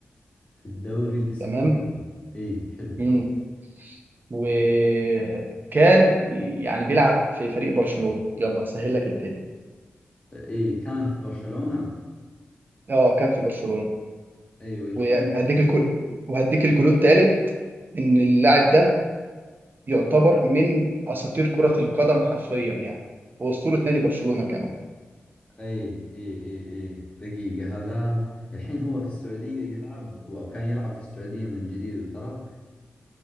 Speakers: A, on the left; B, on the right.
A: في الدوري الإسباني
B: تمام
A: أي حلو
B: مم. وكان يعني بيلعب في فريق برشلونة يلا سهل لك الدنيا
A: أي كان في برشلونة
B: اه كان في برشلونة
A: أي والحين
B: وهديك الكل وهديك الكلود التالت ان اللاعب ده يعتبر من اساطير كرة القدم حرفيا يعني واسطورة نادي برشلونة كمان
A: اي اي اي اي دقيقة هذا الحين هو في السعودية يلعب و- او كان يلعب في السعودية من جديد وترك